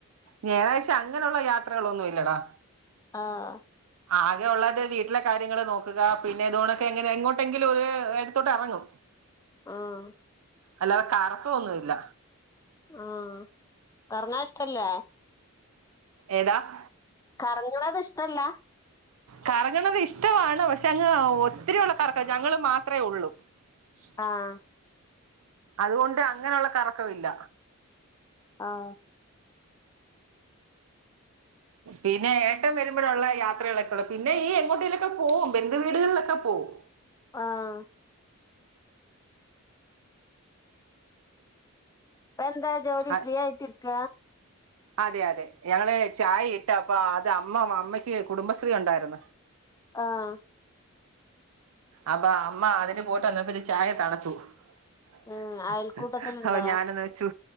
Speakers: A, on the right; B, on the left.
A: ഞ്ഞെറാഴ്ച അങ്ങനുള്ള യാത്രകളൊന്നും ഇല്ലടാ
B: ആഹ്
A: ആകെ ഉള്ളത് വീട്ടിലെ കാര്യങ്ങള് നോക്കുക പിന്നെ ഇതുകൊണൊക്കെ എങ്ങനെ എങ്ങോട്ടെങ്കിലും ഒരു എടുത്തോട്ട് എറങ്ങും <unintelligible>
B: ആഹ്
A: അല്ലാതെ കറക്ക ഒന്നുല്ല
B: ആഹ കർങ്ങാഷ്ടല്ലേ
A: ഏതാ <inaudible>
B: കറങ്ങണത് ഇഷ്ടല്ല
A: കറങ്ങണത് ഇഷ്ടമാണ് പക്ഷെ അങ്ങ് ഒത്തിരിയള്ള കറക്കം ഞങ്ങള് മാത്രമേ ഉള്ളൂ <unintelligible>
B: ആഹ്
A: അതുകൊണ്ട് അങ്ങനുള്ള കറക്കവില്ല
B: ആഹ്
A: പിന്നെ ഏട്ടം വരുമ്പോഴുള്ള യാത്രകളൊക്കെ ഉള്ളൂ പിന്നെ ഈ എങ്ങോട്ടെയിലൊക്കെ പോവും ബന്ധുവീടുകളിലൊക്കെ പോവും
B: ആഹ് പ്പൊന്താ ജോലി
A: അ
B: ഫ്രീ ആയിട്ടിര്ക്ക
A: അതെ അതെ ഞങ്ങള് ചായ ഇട്ട പ്പ അത് അമ്മ അമ്മയ്ക്ക് കുടുംബശ്രീ ഉണ്ടായിരുന്നു
B: ആഹ്
A: അപ്പൊ അമ്മ അതിന് പോട്ട വന്നപ്പത്തൻ ചായ തണുത്തുപോകും <unintelligible>
B: ഉം അയൽക്കൂട്ടത്തിലുണ്ടോ
A: ഞാനന്ന് വെച്ചു